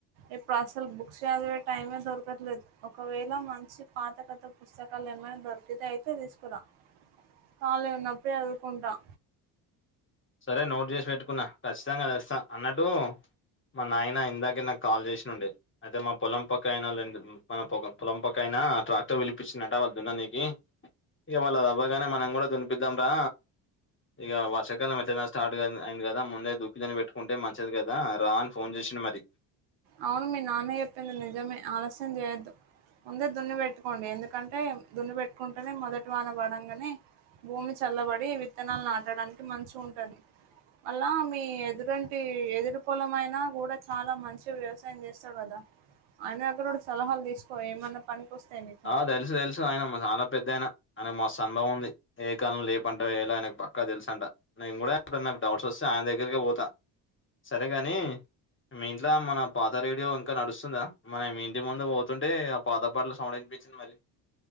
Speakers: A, on the right; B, on the left.
A: ఇప్పుడు అసలు బుక్స్ చదివే టైమే దొరకట్లేదు ఒకవేళ మంచి పాత కథ. పుస్తకాలు ఏమైనా దొరికితే అయితే తీసుకురాం ఖళీ ఉన్నప్పుడే చదువుకుంటాం
B: సరే నోట్ చేసి పెట్టుకున్నా ఖచ్చితంగా అది ఇస్తా అన్నాట్టు. మా నాయన ఇందాక నాకు కాల్ చేసినండే. అయితే మా పొలం పక్క అయినా మన పొ పొలం పక్క అయినా ట్రాక్టర్ పిలిపించిందట్ట వాళ్ళ దున్నా నీనికి ఇ వాళ్ళ అవ్వగానే మనం కూడా దునిపిద్దాం రా ఇగా వర్షాకాలం స్టార్ట్ అంది కదా ముందే దుక్కిిని పెట్టుకుంటే మంచిది గదా రా అని ఫోన్ చేసింది మరి.
A: అవును మీ నాన్న చెప్పింది నిజమే ఆలస్యం చేయొద్దు. ముందే దున్ని పెట్టుకోండి ఎందుకంటే దున్ని పెట్టుకుంటేనే మొదటి వాన పడంగానే భూమి చల్లబడి విత్తనాలు నాటడానికి మంచిగా ఉంటది అళ్లా మీ ఎదురంటి ఎదురు పొలం అయినా కూడా చాలా మంచి. వ్యవసాయం చేస్తాడు గదా ఆయన దగ్గర సలహాలు తీసుకో ఏమన్నా పనికి వస్తాయి నీకు
B: అ తెలుసు తెలుస్. ఆయన చాలా పెద్దయిన ఆనకు మస్తు అనుభవం ఉంది ఏ కాలంలో ఏం పంట వేయాలని ఆయనకు పక్కా తెలుసు అంట నేను కూడా ఇప్పుడు నాకు డౌట్స్ వస్తే ఆయ దగ్గరే పోతాను సరే గాని మీ ఇంట్లో మన పాత రేడియో ఇంకా నడుస్తుందా మన ఇంటి ముందు పో. తుంటే ఆ పాత పాటలు సౌండ్ అనిపించింది మరి.